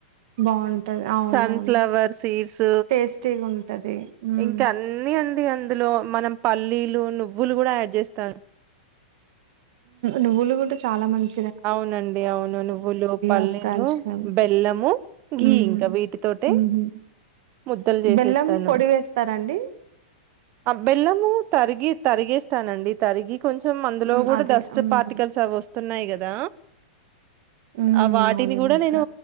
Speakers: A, on the right; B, on the right.
A: బావుంటది. అవునవును.
B: సన్ఫ్లవర్ సీడ్స్
A: టేస్టీగుంటది. హ్మ్.
B: ఇంకా అన్ని అ అందులో మనం పల్లీలు నువ్వులు కూడా యాడ్ చేస్తాను
A: నువ్వులు కూడా చాలా మంచి
B: అవునండి అవును నువ్వులు పల్లీలు
A: ఆఫ్ కాల్షియం.
B: బెల్లము గి
A: హ్మ్.
B: ఇంకా వీటితోట
A: హుహు.
B: ముద్దలు చేసేస్తాను
A: బెల్లం పొడి వేస్తారాండి?
B: ఆ బెల్లము తరిగి తరిగేస్తానండి తరిగి కొంచెం అందులో
A: హ్మ్.
B: కూడా
A: అదే.
B: డస్ట్
A: హ్మ్.
B: పార్టికల్స్ అవి వస్తయి న్నా బ
A: హ్మ్.
B: ఆ వాటిని
A: అవును ఈ
B: కూడా
A: మధ్య.
B: నేను